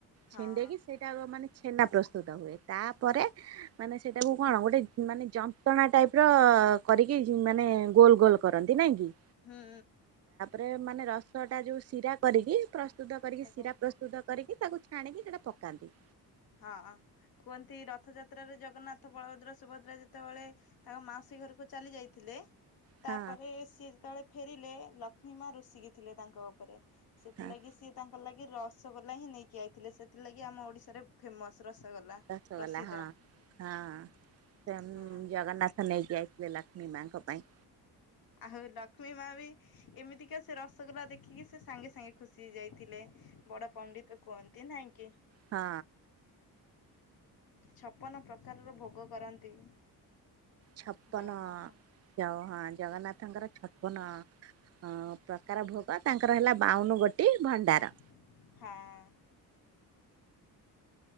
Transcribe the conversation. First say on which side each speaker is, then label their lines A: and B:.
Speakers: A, on the left (about 60°); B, on the right (about 40°).
A: ହଁ
B: ଛିଣ୍ଡେଇକି ସେ ଟାକୁ ମାନେ ଛେନା ପ୍ରସ୍ତୁତ ହୁଏ, ତାପରେ ମାନେ ସେଇଟାକୁ କଣ ଗୋଟେ ମାନେ ଯନ୍ ଟଣା ଟାଇପ୍ ର କରିକି ଯୁ-ମାନେ ଗୋଲ ଗୋଲ କରନ୍ତି ନାଇଁ କି?
A: ହୁଁ।
B: ଏ ମାନେ ରସଟା ଯୋଉ ସିରା କରିକି ପ୍ରସ୍ତୁତ କରିକି
A: ତାକୁ
B: ସିରା ପ୍ରସ୍ତୁତ କରିକି ତାକୁ ଛାଣିକି ସେଟା ପକାନ୍ତି।
A: ହଁ କୁହନ୍ତି ରଥଯାତ୍ରାରେ ଜଗନ୍ନାଥ, ବଳଭଦ୍ର, ସୁଭଦ୍ରା ଯେତେବେଳେ ତାଙ୍କ ମାଉସୀ ଘରକୁ ଚାଲି ଯାଇଥିଲେ।
B: ହଁ
A: ତାପରେ ସିଏ ଯେତେବେଳେ ଫେରିଲେ ଲକ୍ଷ୍ମୀ ମା ରୁଷିକି ଥିଲେ ତାଙ୍କ ଉପରେ। ସେଥିଲାଗି
B: ହଁ
A: ସିଏ ତାଙ୍କ ଲାଗି ରସଗୋଲା ହିଁ ନେଇକି ଆଇଥିଲେ। ସେଥିଲାଗି ଆମ ଓଡିଶାରେ ଫେମସ୍। ରସଗୋଲା।
B: ରସଗୋଲା
A: ପ୍ରସିଦ୍ଧ
B: ହଁ, ହଁ ହଁ, ସେ ଉଁ,
A: ହଁ।
B: ଜଗନ୍ନାଥ ହଁ ନେଇକି ଆଇଥିଲେ ଲକ୍ଷ୍ମୀ ମାଙ୍କ ପାଇଁ।
A: ଆହୁ ଲକ୍ଷ୍ମୀ ମା ବି ଏମିତିକା ସେ ରସଗୋଲା ଦେଖିକି ସେ ସାଙ୍ଗେ ସାଙ୍ଗେ ଖୁସି ହେଇ ଯାଇଥିଲେ। ବଡ ପଣ୍ଡିତ କୁହନ୍ତି ନାଇଁ କି?
B: ହଁ।
A: ଛପନ ପ୍ରକାରର ଭୋଗ କରନ୍ତି।
B: ଛପନ
A: ଜଗନ୍ନାଥ
B: ଜ- ହଁ ଜଗନ୍ନାଥଙ୍କର ଛପନ ହଁ ପ୍ରକାର ଭୋଗ ତାଙ୍କର ହେଲା ବାଉନ ଗୋଟି ଭଣ୍ଡାର।
A: ହଁ।